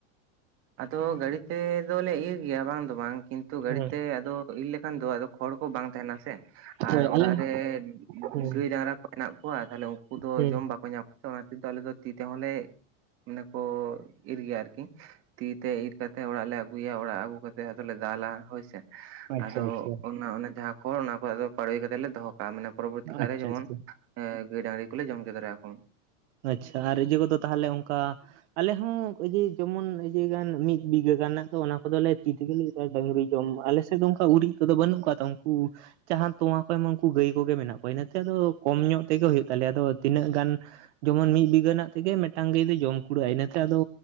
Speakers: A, on the right; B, on the right.
A: ᱟᱫᱚ ᱜᱟᱹᱲᱤ ᱛᱮ ᱫᱚᱞᱮ ᱤᱨ ᱜᱮᱭᱟ ᱵᱟᱝ ᱫᱚ ᱵᱟᱝ ᱠᱤᱱᱛᱩ ᱜᱟᱹᱲᱤ
B: ᱦᱮᱸ,
A: ᱛᱮ ᱟᱫᱚ ᱼᱼ ᱤᱨ ᱞᱮᱠᱷᱟᱱ ᱫᱚ ᱟᱫᱚ ᱠᱷᱚᱲ ᱠᱚ ᱵᱟᱝ ᱛᱟᱦᱮᱱᱟ ᱥᱮ᱾ ᱟᱨ
B: ᱦᱳᱭ
A: ᱚᱲᱟᱜ
B: ᱟᱞᱮ
A: ᱨᱮ
B: ᱦᱮᱸ
A: ᱜᱟᱹᱭ ᱰᱟᱝᱨᱟ ᱼᱼ ᱢᱮᱱᱟᱜᱱᱟᱜ ᱠᱚᱣᱟ ᱛᱟᱦᱟᱞᱮ ᱩᱱᱠᱩ ᱫᱚ
B: ᱦᱮᱸ
A: ᱡᱚᱢ ᱵᱟᱠᱚ ᱼᱼ ᱛᱚ ᱚᱱᱟ ᱛᱮᱫᱚ ᱟᱞᱮ ᱫᱚ ᱛᱤ ᱛᱮᱦᱚᱸᱞᱮ ᱢᱟᱱᱮ ᱠᱚ ᱤᱨ ᱜᱮᱭᱟ ᱟᱨᱠᱤ। ᱛᱤ ᱛᱮ ᱤᱨ ᱠᱟᱛᱮ ᱚᱲᱟᱜ ᱞᱮ ᱟᱹᱜᱩᱭᱟ᱾ ᱚᱲᱟᱜ ᱟᱹᱜᱩ ᱠᱟᱛᱮ ᱛᱮ ᱟᱫᱚᱞᱮ ᱫᱟᱞᱟ ᱦᱳᱭᱥᱮ᱾
B: ᱟᱪᱪᱷᱟ
A: ᱟᱫᱚ
B: ᱟᱪᱪᱷᱟ
A: ᱚᱱᱟ ᱚᱱᱟ ᱡᱟᱦᱟᱸ ᱼᱼ ᱦᱳᱭ ᱚᱱᱟ ᱠᱚ ᱟᱫᱚ ᱯᱟᱲᱳᱭ ᱠᱟᱛᱮᱫ ᱞᱮ ᱫᱚᱦᱚ ᱠᱟᱜᱼᱟ ᱢᱟᱱᱮ ᱼᱼ ᱯᱚᱨᱚᱵᱚᱨᱛᱤ ᱠᱟᱞᱨᱮ
B: ᱟᱪᱪᱷᱟ
A: ᱡᱮᱢᱚᱱ
B: ᱟᱪᱪᱷᱟ
A: ᱜᱟᱹᱭ ᱰᱟᱝᱨᱤ ᱠᱚ ᱞᱮ ᱦᱚᱪᱚ ᱫᱟᱲᱮ ᱟᱠᱚᱢᱟ
B: ᱟᱪᱪᱷᱟ ᱟᱨ ᱤᱭᱟᱹ ᱠᱚᱫᱚ ᱛᱟᱦᱞᱮ ᱚᱱᱠᱟ ᱼᱼ ᱟᱞᱮ ᱦᱚᱸ ᱤᱭᱟᱹ ᱡᱮᱢᱚᱱ ᱤᱭᱟᱹ ᱜᱟᱱ ᱢᱤᱫ ᱵᱤᱜᱷᱟᱹ ᱜᱟᱱ ᱨᱮᱱᱟᱜ ᱫᱚ ᱚᱱᱟ ᱠᱚᱫᱚ ᱞᱮ ᱛᱤ ᱛᱮᱜᱮᱞᱮ ᱤ ᱰᱟᱹᱝᱨᱤ ᱡᱚᱢ ᱟᱞᱮᱥᱮᱫ ᱫᱚ ᱚᱱᱠᱟ ᱜᱩᱨᱤᱡ ᱠᱚᱫᱚ ᱵᱟᱹᱱᱩᱜ ᱠᱟᱜ ᱛᱚ ᱩᱱᱠᱩ ᱼᱼ ᱡᱟᱦᱟᱸ ᱛᱚᱣᱟ ᱠᱚ ᱮᱢᱟ ᱩᱱᱠᱩ ᱜᱟᱹᱭ ᱠᱚᱜᱮ ᱢᱮᱱᱟᱜ ᱠᱚᱣᱟ ᱤᱱᱟᱹᱛᱮ ᱟᱫᱚ ᱠᱚᱢ ᱧᱚᱜ ᱛᱮᱜᱮ ᱦᱩᱭᱩᱜ ᱛᱟᱞᱮᱭᱟ। ᱟᱫᱚ ᱛᱤᱱᱟᱹᱜ ᱜᱟᱱ ᱼᱼ ᱡᱮᱢᱚᱱ ᱢᱤᱫ ᱵᱤᱜᱷᱟᱹ ᱨᱮᱱᱟᱜ ᱛᱮᱜᱮ ᱢᱤᱫᱴᱟᱝ ᱜᱟᱹᱭ ᱫᱚᱭ ᱡᱚᱢ ᱠᱩᱲᱟᱹᱜᱼᱟ ᱤᱱᱟᱹᱛᱮ ᱟᱫᱚ